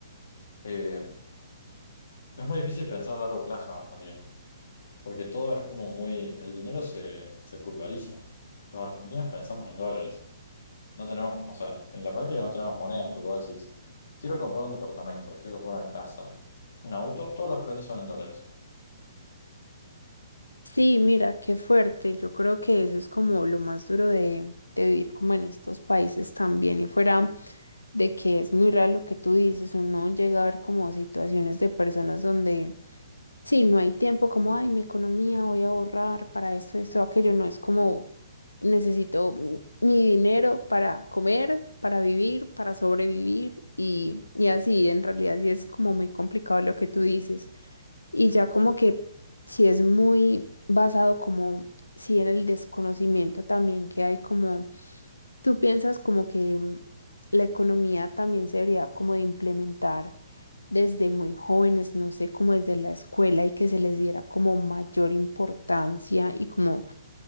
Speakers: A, on the left; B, on the left.
A: eh, es muy difícil pensar a largo plazo en Argentina, porque todo es como muy, el dinero se, se pulveriza. Los argentinos pensamos en dólares. No tenemos, o sea, en la práctica no tenemos moneda, porque vos decís, quiero comprar un departamento, quiero comprar una casa, un auto, todos los planes son en dólares.
B: Sí, mira, qué fuerte. Yo creo que eso es como lo más duro de, de vivir como en estos países también. Y fuera de que es muy raro lo que tú dices, uno llega a ver como situaciones de personas donde sí, no hay tiempo, como, ay, mi economía, voy a ahorrar para esto, esto, aquello. No es como necesito mi dinero para comer, para vivir, para sobrevivir y, y así. En realidad sí es como muy complicado lo que tú dices. Y ya como que si es muy basado como, si en el desconocimiento también que hay como, tú piensas como que mm, la economía también se debería como de implementar desde muy jóvenes, no sé, como desde la escuela y que se les diera como mayor importancia y como